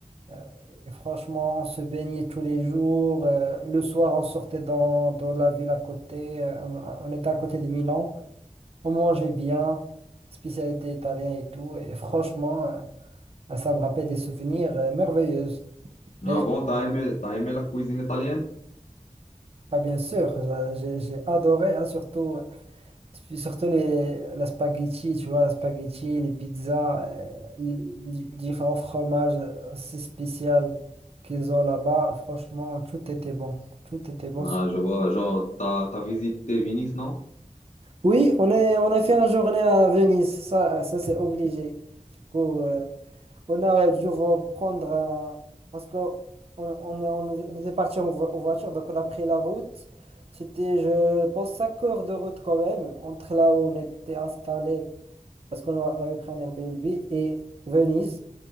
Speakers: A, on the right; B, on the left.
A: Euh, et franchement, on se baignait tous les jours. euh, le soir, on sortait dans, dans la ville à côté. euh, on on était à côté de Milan. On mangeait bien, spécialité italienne et tout. Et franchement, euh, ça me rappelle des souvenirs euh, merveilleux. Et
B: Avant, t'as aimé, t'as aimé la cuisine italienne?
A: ah, bien sûr, j'a- j'ai j'ai adoré, hein, surtout. Surtout les, la spaghetti, tu vois, la spaghetti, les pizzas, euh, les, les différents fromages euh, si spéciaux qu'ils ont là-bas, franchement, tout était bon. Tout était bon.
B: Ah, je vois, genre, t'as, t'as visité Venise, non?
A: Oui, on est, on a fait une journée à Venise, ça, ça c'est obligé. Du coup, euh, on a euh, dû vo- prendre un- Parce que on, on, est- on, est- on était parti en, vo- en voiture, donc on a pris la route. C'était, je pense, 5 heures de route quand même, entre là où on était installé. parce qu'on a- on avait pris un Airbnb et Venise.